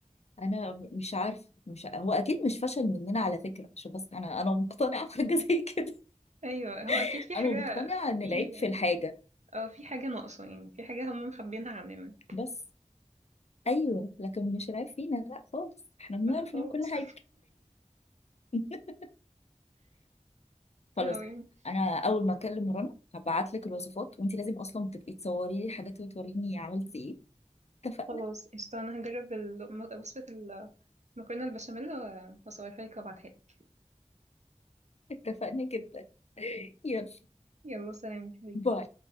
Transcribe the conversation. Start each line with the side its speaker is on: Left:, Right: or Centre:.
Left: انا مش عارف مش ع- هو اكيد مش فشل مننا على فكره عشان بس انا انا مقتنعه <laughs> بحاجه زي كده
Right: <laughs> ايوه هو اكيد
Left: <laughs>
Right: في حاجه
Left: انا مقتنعه ان
Right: في
Left: العيب في الحاجه
Right: اه في حاجة ناقصة يعني في حاجة هم مخبينها عننا
Left: بس ايوه لكن مش العيب فينا لا خالص احنا بنعرف
Right: لا خالص
Left: نعمل كل حاجه <laughs>
Right: <laughs>
Left: خلاص
Right: تمام
Left: انا اول ما اكلم رنا هبعت لك الوصفات وانت لازم اصلا تبقي تصوري لي حاجات وتوريني عملتي ايه اتفقنا
Right: خلاص قشطة أنا هجرب الم- وصفة المكرونة البشاميل و- وأصورها لك وأبعتها لك
Left: اتفقنا جدا <laughs> يلا
Right: يلا سلام يا حبيبي
Left: باي